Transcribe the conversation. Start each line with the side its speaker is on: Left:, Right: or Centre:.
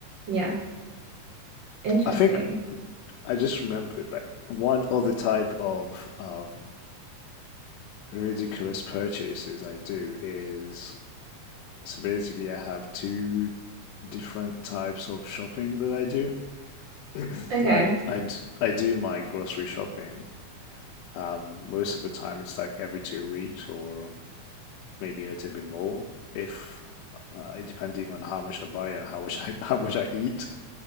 Right: Yeah, interesting.
Left: I think I just remembered like one other type of um ridiculous purchases I do is so basically I have two different types of shopping that I do. <clears throat>
Right: Okay.
Left: Like I d I do my grocery shopping. Um, most of the time it's like every two weeks or maybe a little bit more if uh, depending on how much I buy and how much <laughs> I how much I eat.